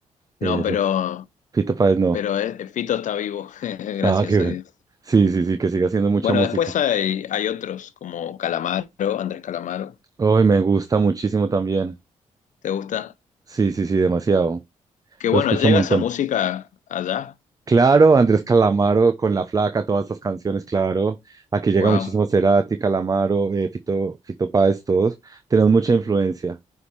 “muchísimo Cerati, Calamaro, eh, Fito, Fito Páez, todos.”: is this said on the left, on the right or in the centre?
Right